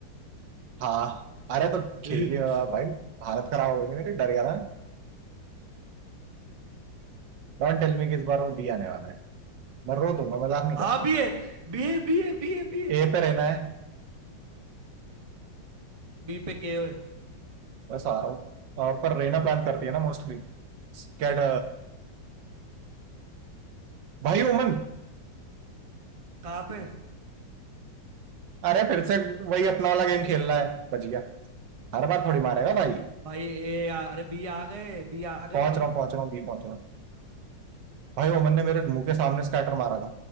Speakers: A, on the right; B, on the right.
A: हाँ अरे तो खेलिए
B: है <laughs>
A: भाई हालत खराब हो गई मेरी डर गया था डोंट टेल मी कि इस बार वो बी आने वाला है मैं रो दूंगा मजाक नहीं करता
B: हाँ बी है बी है बी है बी है बी है
A: ए पे रहना है
B: बी पे के है
A: बस आ रहा हूँ अ, पर रहना प्लान करती है ना मोस्टली स्कैड भाई ओमन
B: कहाँ पे
A: अरे फिर से वही अपना वाला गेम खेल रहा है बच गया हर बार थोड़ी मारेगा भाई
B: भाई ए आ, अरे बी आ गए बी आ
A: पहुंच
B: गए
A: रहा हूँ पहुंच रहा हूँ बी पहुंच रहा हूँ भाई ओमन ने मेरे मुंह के सामने स्कैटर मारा था